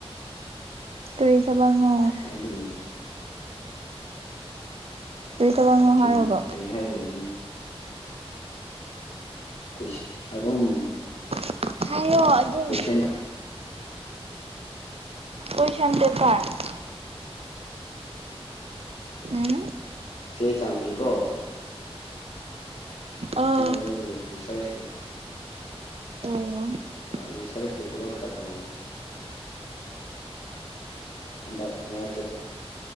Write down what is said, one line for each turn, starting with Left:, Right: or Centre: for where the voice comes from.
Right: ꯀꯔꯤ ꯊꯕꯛꯅꯣ
Left: <unintelligible>
Right: ꯀꯔꯤ ꯊꯕꯛꯅꯣ
Left: ꯁꯤꯡ
Right: ꯍꯥꯏꯔꯒ
Left: ꯀꯔꯤ ꯍꯥꯏꯔꯨꯔꯤꯅꯤ <unintelligible> ꯑꯗꯨꯝ
Right: <unintelligible> ꯍꯥꯏꯌꯣ ꯑꯗꯨꯝ
Left: ꯀꯣꯏꯁꯟ
Right: ꯀꯣꯏ <unintelligible> ꯑꯝ
Left: ꯆꯦ ꯆꯥꯡꯒꯤ ꯀꯣ
Right: ꯑꯥ
Left: ꯅꯦꯕ ꯑꯩꯒꯤ ꯔꯤꯁꯔꯁꯀꯤ
Right: ꯑꯣ
Left: ꯑ ꯔꯤꯁꯔꯁꯀꯤ ꯊꯕꯛ ꯈꯔ ꯇꯧꯕꯅꯤ ꯍꯟꯗꯛ ꯃꯔꯛꯁꯦ